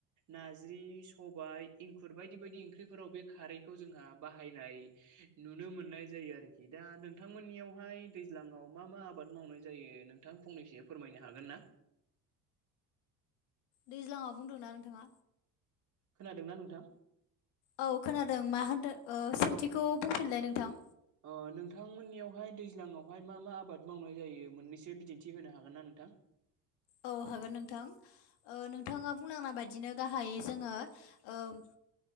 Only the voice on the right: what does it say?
नारजि सबाय ओंख्रि बायदि बायदि ओंख्रिफोराव बे खारैखौ जोंहा बाहायनाय नुनो मोननाय जायो आरोखि दा नोंथांमोननियावहाय दैज्लायाव मा मा आबाद मावनाय जायो नोंथां फंनैसो फोरमायनो हागोन ना?
खोनादोंना नोंथां
ओ नोंथांमोननियावहाय दैज्लाङावहाय मा मा आबाद मावनाय जायो मोन्नैसो बिदिन्थि होनो हागोन ना नोंथां <inaudible>